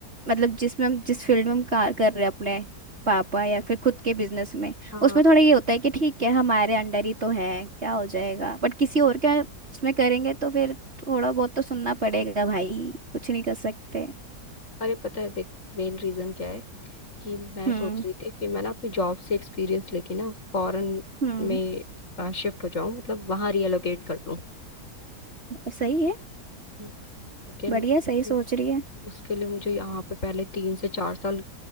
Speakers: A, on the right; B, on the left.
A: मतलब जिसमें हम जिस फील्ड में हम कार कर रहे हैं अपने पापा या फिर खुद के बिजनेस में
B: हाँ
A: उसमें थोड़ा ये होता है कि ठीक है हमारे अंडर ही तो है क्या हो जाएगा बट किसी और के उसमें करेंगे तो फिर थोड़ा बहुत तो सुनना पड़ेगा भाई कुछ नहीं कर सकते
B: अरे पता है देख मेन रीजन क्या है कि मैं
A: हम्म
B: सोच रही थी कि मैं ना अपनी जॉब से एक्सपीरियंस लेके ना फॉरेन
A: हम्म
B: में शिफ्ट हो जाऊं मतलब वहां रीएलोकेट कर लूं
A: सही है
B: हम्म। लेकिन
A: बढ़िया
B: उसके
A: सही सोच रही है
B: उसके लिए मुझे यहाँ पे पहले तीन से चार साल